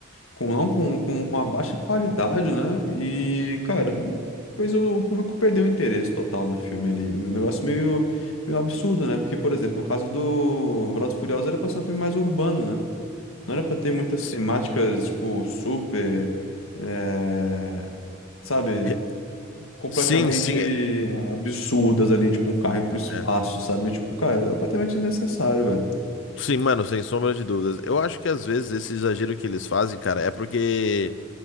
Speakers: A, on the left; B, on the left.
A: com não com, com, com a baixa qualidade, né? E, cara, depois o público perdeu o interesse total no filme ali. Um negócio meio, meio absurdo, né? Porque, por exemplo, no caso do Velozes e Furiosos era pra ser um filme mais urbano, né? Não era pra ter muitas
B: S-
A: temáticas, tipo, super, eh, sabe?
B: re-
A: Completamente
B: Sim, sim. É.
A: absurdas ali, tipo, um carro ir pro espaço,
B: é.
A: sabe? Tipo, cara, é completamente desnecessário, velho.
B: Sim, mano, sem sombra de dúvidas. Eu acho que às vezes esse exagero que eles fazem, cara, é porque.